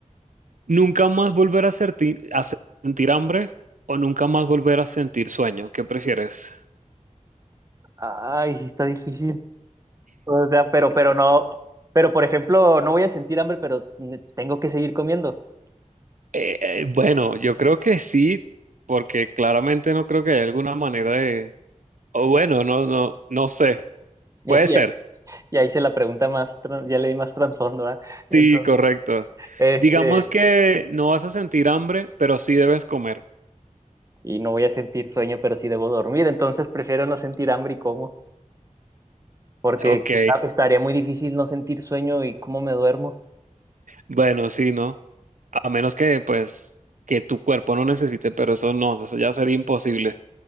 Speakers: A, on the right; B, on the right.
A: ¿Nunca más volver a, serti- a sentir hambre o nunca más volver a sentir sueño? ¿Qué prefieres?
B: Ay, sí está difícil. O sea, pero, pero no, pero por ejemplo, no voy a sentir hambre, pero ne- tengo que seguir comiendo. <laughs>
A: Eh, eh, bueno, yo creo que sí, porque claramente no creo que haya alguna manera de... O bueno, no, no, no sé.
B: Ya,
A: Puede
B: ya,
A: ser.
B: ya hice la pregunta más, tran- ya le di más trasfondo, ¿verdad? Entonces,
A: Sí, correcto.
B: este,
A: Digamos que no vas a sentir hambre, pero sí debes comer.
B: y no voy a sentir sueño, pero sí debo dormir. Entonces prefiero no sentir hambre y como, porque
A: Ok.
B: está- estaría muy difícil no sentir sueño y cómo me duermo.
A: Bueno, sí, ¿no? A menos que, pues, que tu cuerpo no necesite, pero eso no, eso ya sería imposible.